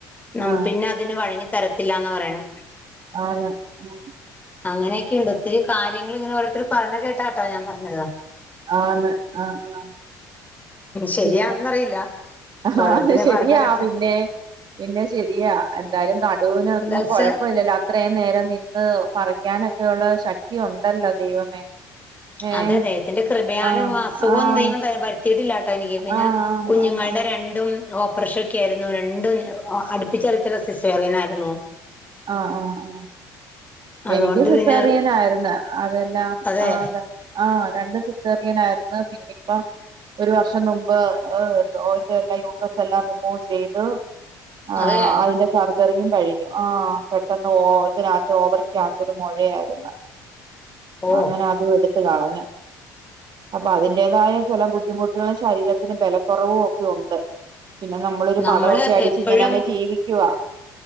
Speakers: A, on the left (about 15°); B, on the right (about 50°).
A: അം
B: ആഹ്
A: പിന്നെ അതിന് വഴങ്ങി തരത്തില്ലാന്നാ പറേണേ
B: ആന്ന് ആഹ് ആഹ്
A: അങ്ങനെയൊക്കെയുണ്ട് ഒത്തിരി കാര്യങ്ങള് ഇങ്ങനെ ഓരോരുത്തര് പറേണേ കേട്ടാട്ടോ ഞാൻ പറഞ്ഞത്
B: ആന്ന് ആഹ് ആഹ്
A: ശരിയാണെന്നറിയില്ല
B: പിന്നെ അഹാ
A: ഓരോരുത്തര്
B: ശെരിയാ
A: പറഞ്ഞ കേട്ടെ
B: പിന്നേ പിന്നെ ശെരിയാ എന്തായാലും നടുവിനൊന്നും
A: എന്താ വച്ചാ
B: കൊഴപ്പൊല്ലല്ലൊ അ ത്രയും നേരം നിന്ന് പറിക്കാനൊക്കെയുള്ള ശക്തി ഉണ്ടല്ലോ ദൈവമേ ഏഹ്
A: അതെ തെ ദൈവത്തിന്റെ കൃപയാലും
B: ആഹ്
A: അസുഖവും
B: ആഹ്
A: ദൈവം തെരാ വര് ത്തീട്ടില്ലാട്ടോ എനിയ്ക്ക്. പിന്നെ
B: ആഹ്
A: കുഞ്ഞുങ്ങളുടെ
B: ആഹ് ആഹ്
A: രണ്ടും ഓ പ്രേഷൊക്കെ ആയിരുന്നു രണ്ടും ഒ അടുപ്പിച്ചടുപ്പിച്ചുള്ള സിസേറിയനായിരുന്നു
B: ആഹ്, ആഹ്, ആഹ്
A: അതുകൊണ്ട്
B: എനിയ്ക്കും സിസേറിയനായിരുന്നാ
A: പിന്നെ
B: അതെല്ലാം
A: അതെ
B: ആ താ ആഹ് രണ്ടും സിസേറിയനായിരുന്നു പിന്നെപ്പൊ ഒരു വർഷം നുമ്പ് ഒ ഓവ് ലേക്കായി യൂട്രസ് എല്ലാം റിമൂവ് ചെയ്ത് ആഹ്
A: അതെ
B: അയിന്റെ സർജറിയും കഴിഞ്ഞു. ആഹ്, പെട്ടെന്ന് ഓ ഇതിനകത്ത് ഓവറിയ്ക്കകത്ത് ഒരു മൊഴായായിരുന്നു.
A: ഓ
B: അങ്ങനെ അതും എട്ത്ത് കളഞ്ഞു. അപ്പൊ അതിന്റെതായ ചെല ബുദ്ധിമുട്ടുകളും ശരീരത്തിന് ബലക്കുറവും ഒക്കെ ഉണ്ട് പിന്നെ നമ്മളൊരു
A: നമ്മള്
B: പടഒക്കെ
A: ഇപ്പ
B: അടിച്ച്
A: എപ്പഴും
B: ഇങ്ങനെ അങ്ങ് ജീവിക്കുവാ